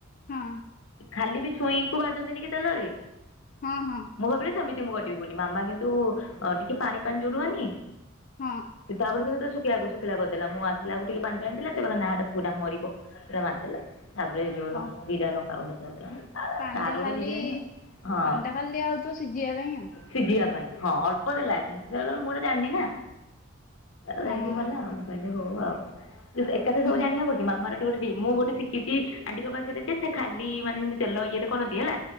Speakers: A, on the left (about 40°); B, on the left (about 70°).
A: ହଁ।
B: ଖାଲି ବି ଛୁଇଁକୁ ଭାଜନ୍ତିନି କି ତେଲରେ,
A: ହଁ ହଁ
B: ମୁଁ ଭାବିଲି ସେମିତି ଯେ ମୁଁ କରିବି ବୋଲି। ମାମା କିନ୍ତୁ ଟିକେ ପାଣି ପାଣି ଯୋଉ ରୁହେନି,
A: ହଁ
B: ସେ ତାପରେ କିନ୍ତୁ ଶୁଖେଇଆକୁ ଶୁଖିଲା କରିଦେଲା। ମୁଁ ଆସିଲା ଆକୁ ଟିକେ ପାଣି ପାଣି ଥିଲା, ସେ କହିଲା ନା ସେଟା ପୁରା ମରିବ, ସେଟା ମାରିଦେଲା। ତାପରେ ଯୋଉ
A: ହଁ
B: ଲଙ୍କ ଜିରା ଲଙ୍କା ଗୁଣ୍ଡ ଦିଆ <unintelligible> ତା
A: ପାଣି
B: ତାର
A: ଟା
B: ଗୋଟେ
A: ଖାଲି
B: ଡିଜାଇନ ଆଉ। ହଁ
A: ପାଣି ଟା ଖାଲି ଦିଆ ହଉଥିବ ସିଝିବା ପାଇଁ ଆଉ
B: ସିଝିବା ପାଇଁ ହଁ ଅଳ୍ପ ଦେଲାଗି ସେତେବେଳେ ମୁଁ ଏଇଟା ଜାଣିନି ନାଁ ଦେରିକି
A: ହଁ
B: ଗଲା ଆଉ। ମୁଁ କହିଲି ହଉ ଆଉ ଏକାଥରେ ସବୁ
A: ମୁଁ
B: ଜାଣି ହବ କି? ମାମାର ଗୋଟେ ବି ମୁଁ ଗୋଟେ ଶିକିଚି ଆଣ୍ଟିଙ୍କ ପାଖରେ ଯେ, ସେ ଖାଲି ମାନେ ଯେମିତି ତେଲ ଇଏରେ କରନ୍ତି ହେଲା